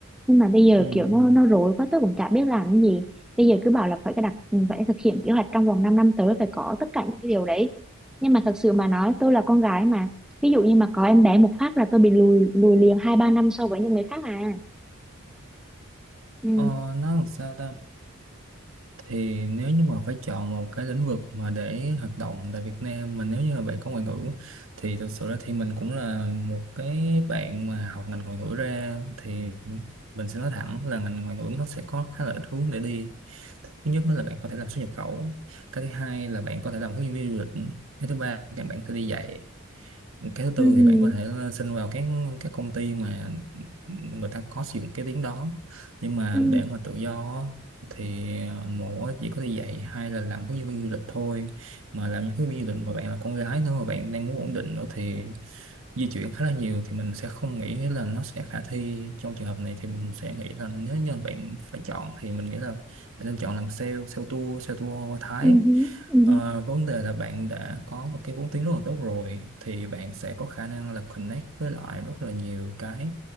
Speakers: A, in the centre; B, on the right.
A: nhưng mà bây giờ
B: ừ
A: kiểu nó
B: ừ.
A: nó rối quá tớ cũng chả biết làm cái gì bây giờ cứ bảo là phải cái đặt phải thực hiện kế hoạch trong vòng 5 năm tới phải có tất cả những cái điều đấy nhưng mà thật sự mà nói tôi là con gái mà ví dụ như mà có em bé một phát là tôi bị lùi lùi liền hai ba năm so với những người khác à ừ
B: ờ, nó làm sao ta thì nếu như mà phải chọn một cái lĩnh vực mà để hoạt động tại Việt Nam mà nếu như mà bạn có ngoại ngữ thì thực sự ra thì mình cũng là một cái bạn mà học ngành ngoại ngữ ra thì mình sẽ nói thẳng là ngành ngoại ngữ nó sẽ có khá là ít hướng để đi thứ nhất đó là bạn có thể làm xuất nhập khẩu cái thứ hai là bạn có thể làm hướng dẫn viên du lịch cái thứ ba là bạn có thể đi dạy cái thứ tư
A: ừ
B: thì bạn có thể ờ, xin vào các các công ty mà người ta có sử dụng cái tiếng đó nhưng mà
A: ừ
B: để mà tự do á, thì một á, chỉ có thể dạy hai là làm hướng dẫn viên du lịch thôi mà làm hướng dẫn viên du lịch mà bạn là con gái nữa mà bạn đang muốn ổn định nữa thì di chuyển khá là nhiều thì mình sẽ không nghĩ nghĩa là nó sẽ khả thi trong trường hợp này thì mình sẽ nghĩ là nếu như bạn phải chọn thì mình nghĩ là bạn nên chọn làm sale sale tour sale tour qua Thái
A: ừ ừ ừ
B: Ờ, vấn đề là bạn đã có một cái vốn tiếng rất là tốt rồi thì bạn sẽ có khả năng là connect với lại rất là nhiều cái